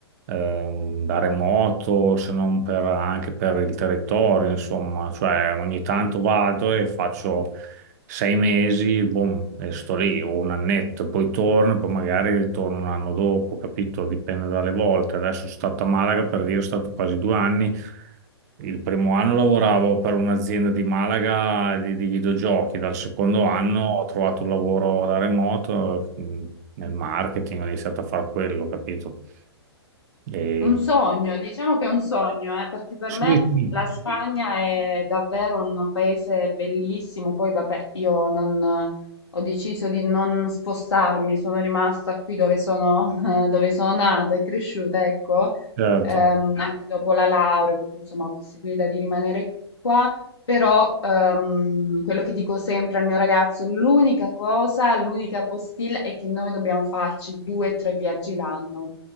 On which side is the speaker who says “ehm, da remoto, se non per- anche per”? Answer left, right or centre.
Right